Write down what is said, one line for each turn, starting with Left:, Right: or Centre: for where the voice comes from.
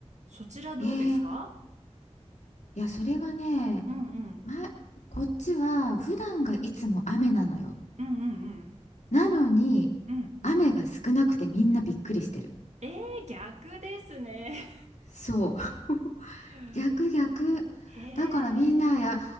Right: そちらどうですか
Left: えー、いやそれがね、
Right: うんうん。
Left: ま、こっちは普段がいつも雨なのよ
Right: うんうんうん。
Left: なのに雨が少なくてみんなびっくりしてる
Right: うん。えー、逆ですね。
Left: そう <laughs>
Right: <laughs>
Left: 逆逆だからみんないや
Right: へえ。